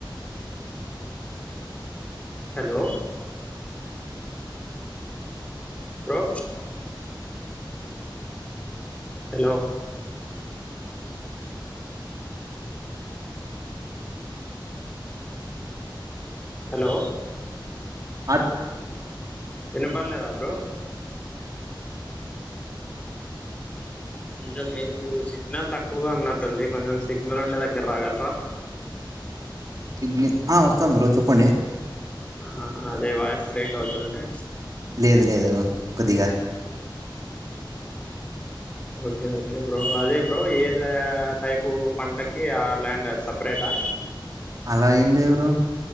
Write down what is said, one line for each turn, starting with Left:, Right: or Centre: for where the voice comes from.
Left: హలో బ్రో హలో హలో
Right: అ చెప్పు
Left: వినపడలేదా బ్రో కొంచెం మీకు సిగ్నల్ తక్కువగా ఉన్నట్టుంది కొంచెం సిగ్నల్ ఉండే దగ్గర రాగలరా మ్మ్
Right: సిగ్ని ఆ వస్తా బ్రో చెప్పండి
Left: ఆ అదే వాయిస్ బ్రేక్ అవుతుంటే
Right: లేదు లేదు కొద్దిగా
Left: ఓకే ఓకే బ్రో అదే బ్రో ఏద టైప్ పంటకి ఆ ల్యాండ్ సపరేట్ ఆ
Right: అలా ఏం లేదు బ్రో